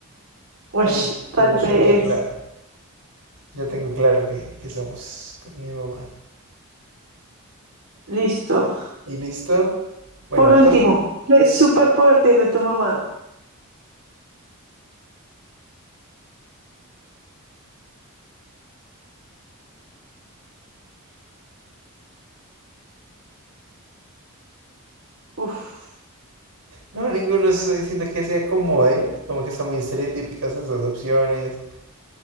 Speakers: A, on the right; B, on the right.
A: ush,
B: Ay,
A: tal
B: yo ya
A: vez,
B: tengo claro, ya tengo claro que, que somos con mi mamá.
A: listo.
B: ¿Y listo? Bueno,
A: Por
B: por...
A: último, ¿qué superpoder tiene tu mamá? Uf,
B: No, ninguno se- siento que se acomode, como que están muy estereotípicas esas opciones.